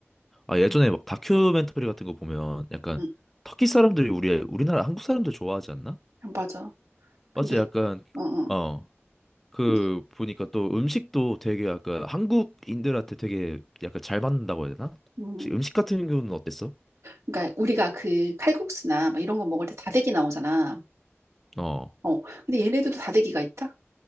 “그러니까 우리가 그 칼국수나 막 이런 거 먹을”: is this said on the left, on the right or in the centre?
Right